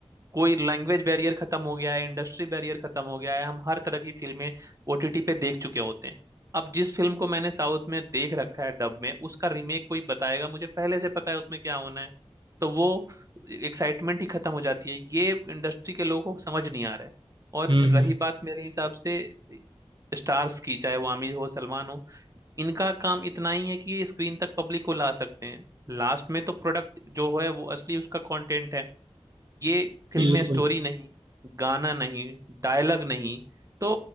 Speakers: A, on the right; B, on the right.
A: कोई लैंग्वेज बैरियर खत्म हो गया है इंडस्ट्री बैरियर खत्म हो गया है हम हर तरह की फिल्में ओटीटी पे देख चुके होते हैं अब जिस फिल्म को मैंने साउथ में देख रखा है डब में उसका रीमेक कोई बताएगा मुझे पहले से पता है उसमें क्या होना है तो वो एक्साइटमेंट ही खत्म हो जाती है ये इंडस्ट्री के लोगों को समझ नहीं आ रहा है और
B: हम्म
A: रही
B: हम्म
A: बात मेरे हिसाब से स्टार्स की चाहे वो आमिर हो सलमान हो इनका काम इतना ही है कि ये स्क्रीन तक पब्लिक को ला सकते हैं लास्ट में तो प्रोडक्ट जो है वो असली उसका कंटेंट है ये फिल्म
B: बिल्कुल
A: में स्टोरी नहीं गाना नहीं डायलॉग नहीं तो